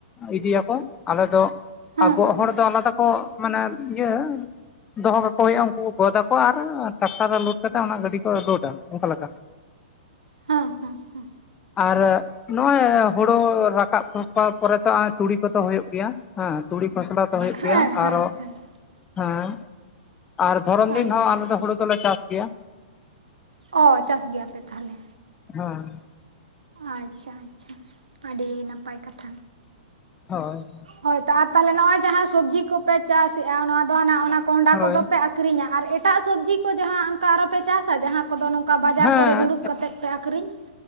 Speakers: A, on the left; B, on the right.
A: ᱤᱫᱤᱭᱟᱠᱚ ᱟᱞᱮ ᱫᱚ
B: ᱦᱮᱸ
A: ᱟ ᱜᱚᱜ
B: ᱦᱮᱸ
A: ᱦᱚᱲ ᱫᱚ ᱚᱱᱟᱫᱚ ᱠᱚ ᱢᱟᱱᱮ ᱤᱭᱟᱹ ᱫᱚᱦᱚ ᱟᱠᱚ ᱦᱩᱭᱩᱜ-ᱟ ᱩᱱᱠᱩ ᱜᱚᱫᱟ ᱟᱨ ᱴᱟᱠᱴᱟᱨ ᱨᱮ ᱞᱳᱰ ᱠᱟᱛᱮᱫ ᱚᱱᱟ ᱜᱟᱹᱰᱤ ᱠᱚ ᱞᱳᱰ ᱚᱱᱠᱟ ᱞᱮᱠᱟ
B: ᱦᱮᱸ ᱦᱮᱸ ᱦᱮᱸ᱾
A: ᱟᱨ ᱱᱚᱜ-ᱚᱭ ᱦᱳᱲᱳ ᱨᱟᱠᱟᱵ <unintelligible> ᱯᱚᱨᱮ ᱛᱚ ᱦᱚᱜ-ᱚᱭ ᱛᱩᱲᱤ ᱠᱚ ᱛᱚ ᱦᱩᱭᱩᱜ ᱜᱮᱭᱟ ᱦᱮᱸ ᱛᱩᱲᱤ ᱠᱷᱚᱥᱞᱟ ᱠᱚ ᱦᱩᱭᱩᱜ
B: ᱦᱮᱸ
A: ᱜᱮᱭᱟ
B: ᱦᱮᱸ
A: ᱟᱨᱚ
B: ᱦᱮᱸ
A: ᱦᱮᱸ ᱟᱨ ᱫᱷᱚᱨᱚᱱ ᱫᱤᱱ
B: ᱟᱪᱪᱷᱟ
A: ᱦᱚᱸ ᱟᱞᱮ ᱫᱚ ᱦᱩᱲᱩ ᱫᱚᱞᱮ ᱪᱟᱥ ᱜᱮᱭᱟ᱾
B: ᱚ ᱪᱟᱥ ᱜᱮᱭᱟᱯᱮ ᱛᱟᱦᱚᱞᱮ᱾
A: ᱦᱮᱸ᱾
B: ᱟᱪᱪᱷᱟ ᱟᱪᱪᱷᱟ ᱟᱹᱰᱤ ᱱᱟᱯᱟᱭ ᱠᱟᱛᱷᱟ᱾
A: ᱦᱳᱭ᱾
B: ᱦᱳᱭᱛᱚ ᱟᱨ ᱛᱟᱞᱦᱮ ᱱᱚᱜ-ᱚᱭ ᱡᱟᱦᱟᱸ ᱥᱚᱵᱽᱡᱤ ᱠᱚᱯᱮ ᱪᱟᱥᱮᱜ-ᱟ ᱱᱚᱣᱟ ᱫᱚ ᱦᱟᱱᱟ ᱚᱱᱟ ᱠᱚᱸᱦᱰᱟ
A: ᱦᱳᱭ
B: ᱠᱚᱫᱚ ᱯᱮ ᱟᱹᱠ ᱟᱹᱠᱷᱨᱤᱧᱟ ᱟᱨ ᱮᱴᱟᱜ ᱥᱚᱵᱽᱡᱤ ᱠᱚ ᱡᱟᱦᱟᱸ ᱚᱱᱠᱟ ᱟᱨᱚᱯᱮ ᱪᱟᱥ-ᱟ ᱡᱟᱦᱟᱸ ᱠᱚᱫᱚ ᱱᱚᱝᱠᱟ ᱵᱟᱡᱟᱨ
A: ᱦᱮᱸ
B: ᱠᱚᱨᱮ ᱫᱩᱲᱩᱵ ᱠᱟᱛᱮᱜ ᱯᱮ ᱟᱠᱷᱨᱤᱧ?